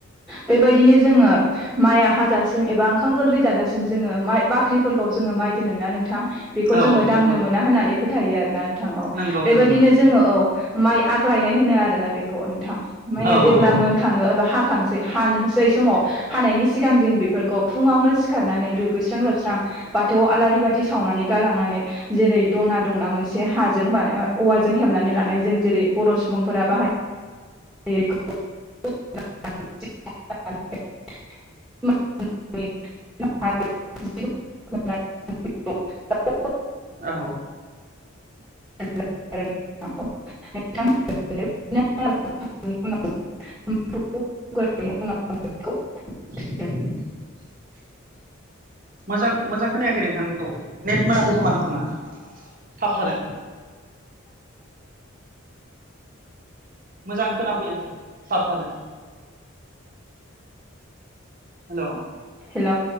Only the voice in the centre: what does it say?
बेबायदिनो जोङो <unintelligible> बेखौ जोङो
दांनो
मोना होननानै फोथायो आरोना नोंथां औ
बेबायदिनो
जोङो औ माइ आग्लायनाय होनो आरोना बेखौ नोंथां माइया
जेब्ला
मोनखाङो एबा हाखांसै हानो होस सै समाव हानायनि सिगां जों बेफोरखौ फुङावनो सिखारनानै दुगैस्रां लोबस्रां बाथौ आला रि बाथि सावनानै गालांनानै जेरै दना दंना मोनसे हाजों बानाय ओ औवाजों हेबनानै लानाय जों जेरै बर' सुबुंफोरा बाहाय
<inaudible> <unintelligible> <unintelligible>
<unintelligible> <unintelligible>
हेल'